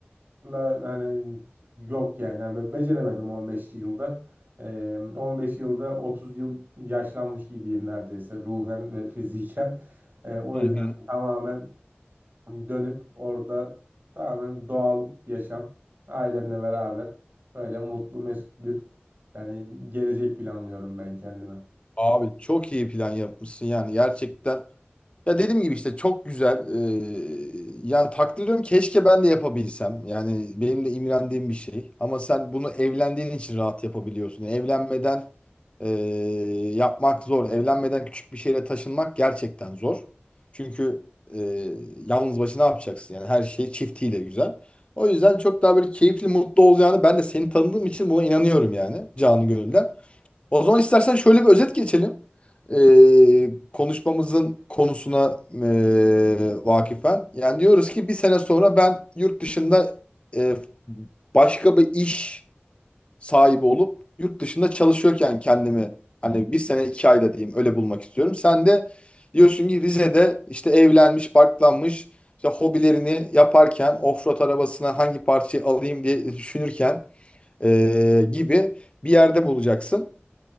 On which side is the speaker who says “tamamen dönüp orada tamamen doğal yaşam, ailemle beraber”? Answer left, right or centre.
Right